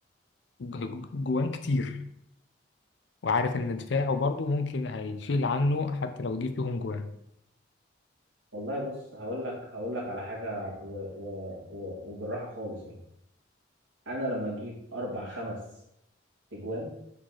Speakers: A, on the left; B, on the right.
A: ج- ج- جوان كتير وعارف ان دفاعه برضه ممكن هيشيل عنه حتى لو جه فيهم جوان
B: والله بص هقول لك هقول لك على حاجة و... و... و... وبالراحة خالص يعني انا لما اجيب اربع خمس تجوان